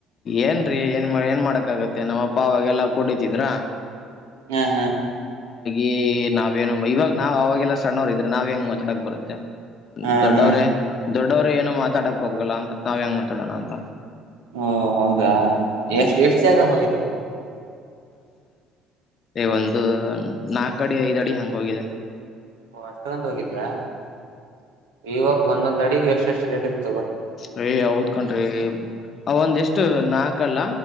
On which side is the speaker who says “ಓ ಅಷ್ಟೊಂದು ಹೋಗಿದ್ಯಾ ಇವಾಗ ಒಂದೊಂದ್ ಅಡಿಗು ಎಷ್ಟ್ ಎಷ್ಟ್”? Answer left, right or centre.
Right